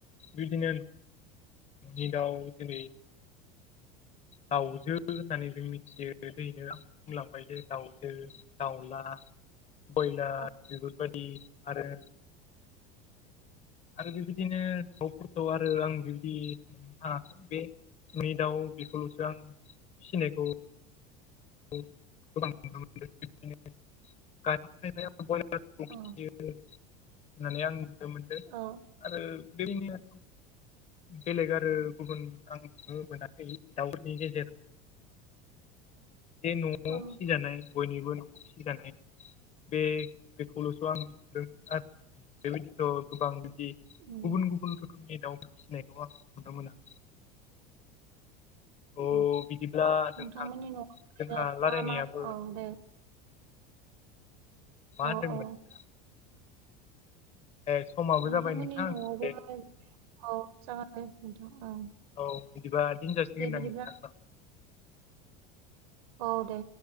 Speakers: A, on the left; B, on the right.
A: बिदिनो नि दाउ जेरै दाउजो होननानै जों मिथियो दैनो आं बुंलांबाय जे दाउजो दाउला बयलार
B: औ
A: बेफोरबायदि आरो आरो बेबायदिनो दावफोरखौ आरो आं बिबायदि ओ बे मै दाव बेखौल'सो आं फिसिनायखौ ओ गोबां नुनो मोनदों बिदिनो गायनाय निफ्राय
B: औ
A: फियो होननानै आं मिथिनो मोनदो
B: औ
A: आरो बेनिया बेलेग आरो गुबुन आं नुनो मोनाखै दाउनि गेजेर बे न'आव
B: औ
A: फिसिजानाय बयनिबो न'आव फिसिजानाय बे बेखौल'सो आं नुदों आरो बेबायदिथ' गोबां बे गुबुन
B: उम
A: गुबुन रोखोमनि दाउ फिसिनायखौ आं नुनो मोना
B: अ
A: ओ बिदिब्ला नोंथां
B: नोंथांमोननि
A: जोंहा
B: न'आव ओरैनो
A: रायलायनायाबो
B: मा मा औ दे
A: मा
B: औ
A: होनदोंमोन?
B: औ
A: नोंथां? ए समाबो
B: नोंथांमोननि
A: जाबाय नोंथां
B: न'आवबो
A: दे
B: औ जागोन दे नोंथां औ
A: औ बिदिबा दिनजासिगोनदांं
B: दे बिदिब्ला
A: नोंथां ओ?
B: औ दे